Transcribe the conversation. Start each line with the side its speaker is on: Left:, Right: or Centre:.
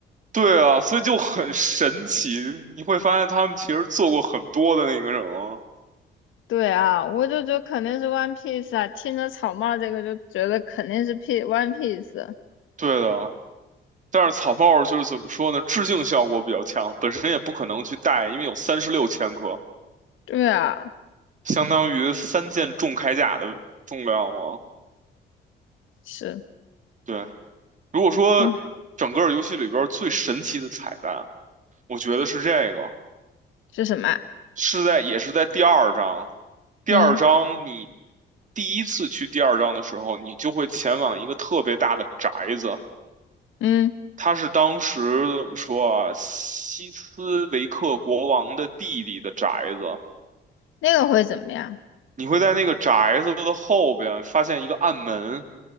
Right: 对啊，所以就很神奇，你会发现他们其实做过很多的那个什么。
Left: 对啊，我就觉得肯定是 One Piece 啊，听着草帽这个就觉得肯定是 P One Piece。
Right: 对的，但是草帽就是怎么说呢，致敬效果比较强，本身也不可能去戴，因为有三十六千克，
Left: 对啊，
Right: 相当于三件重铠甲的重量了。
Left: 是。
Right: 对。如果说整个游戏里边最神奇的彩蛋，
Left: 嗯，
Right: 我觉得是这个，
Left: 是什么啊
Right: 是在也是在第二章。第二章你
Left: 嗯
Right: 第一次去第二章的时候，你就会前往一个特别大的宅子，
Left: 嗯，
Right: 它是当时怎么说啊，西斯维克国王的弟弟的宅子。
Left: 那个会怎么样？
Right: 你会在那个宅子的后边发现一个暗门，